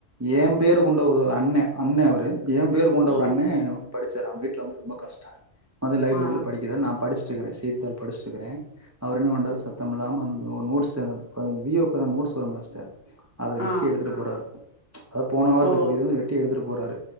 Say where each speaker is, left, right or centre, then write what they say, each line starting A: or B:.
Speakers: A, on the right; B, on the left.
A: ஏம் பேரு கொண்ட ஒரு அண்ணே அண்ணே அவரு ஏம் பேர் கொண்ட
B: ம்
A: ஒரு அண்ணே படிச்சாரு அவன் வீட்டல வந்து ரொம்ப கஷ்டோ வந்து லைப்ரரியில
B: ஆ
A: படிக்கிற நா படிச்ச ச்சுக்கிறே செய்தத்தாள் படிச்சுக்கிறே அவர் என்ன பண்றாரு சத்தம் இல்லாம அந்த நோட்ஸ் அந்த வி ஓ க்கெல்லா நோட்ஸ் வரும்ல சிஸ்டர் அத வெட்டி
B: ஆ
A: எடுத்துட்டு போறாரு அத போன வாரத்துக்குரியத
B: ஓ
A: வந்து வெ எடுத்துட்டு போறாரு